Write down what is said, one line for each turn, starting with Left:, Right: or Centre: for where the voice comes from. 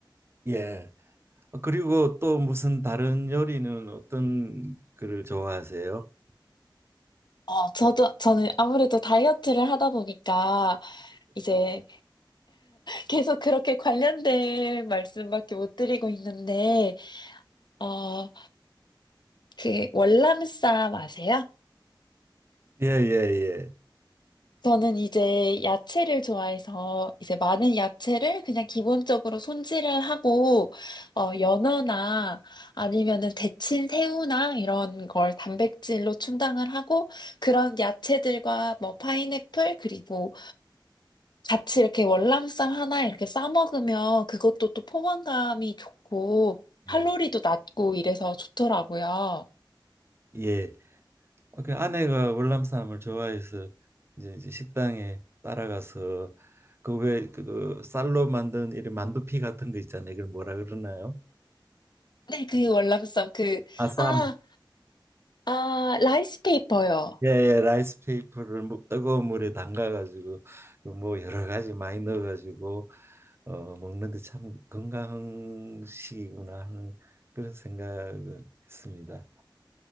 Right: 예. 어, 그리고 또 무슨 다른 요리는 어떤 거를 좋아하세요?
Left: 어, 저도, 저는 아무래도 다이어트를 하다 보니까 이제 계속 그렇게 관련된 말씀밖에 못 드리고 있는데, 어, 그 월남쌈 아세요?
Right: 예, 예, 예.
Left: 저는 이제 야채를 좋아해서 이제 많은 야채를 그냥 기본적으로 손질을 하고 어, 연어나 아니면은 데친 새우나 이런 걸 단백질로 충당을 하고 그런 야채들과 뭐 파인애플 그리고 같이 이렇게 월남쌈 하나 이렇게 싸 먹으면 그것도 또 포만감이 좋고 칼로리도
Right: 예. 예.
Left: 낮고 이래서 좋더라고요.
Right: 예. 어, 그 아내가 월남 쌈을 좋아해서 이제, 이제 식당에 따라가서 그 왜그 그 쌀로 만든 이런 만두피 같은 거 있잖아요. 이걸 뭐라 그러나요?
Left: 네, 그 월남쌈 그
Right: 아쌈.
Left: 아, 아, 라이스 페이퍼요.
Right: 예, 예, 라이스 페이퍼를 뭐 뜨거운 물에 담가가지고 뭐 여러 가지 많이 넣어가지고 어, 먹는데 참 건강식이구나 하는 그런 생각은 했습니다.